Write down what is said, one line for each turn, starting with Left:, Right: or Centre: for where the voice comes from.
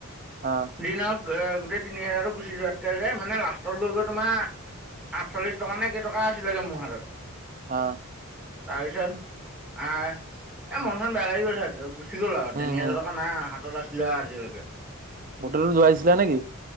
Right: অ'।
Centre: যি নহওঁক গোটেই তিনি হেজাৰটো গুচি যোৱাতকে যে মানে লাষ্টত গৈ গৈ তোমাৰ আঠচল্লিশ টকা নে কেইটকা আছিলগে মোৰ হাতত।
Right: অ'।
Centre: তাৰপিছত আ। এ মন চন বেয়া লাগি গৈছে গুচি গ'ল আৰু, তিনি
Right: উম হম
Centre: হাজাৰ টকা নাই হাতত আছিলে আৰু আজিলৈকে।
Right: হোটেল যোৱাইছিলে নেকি?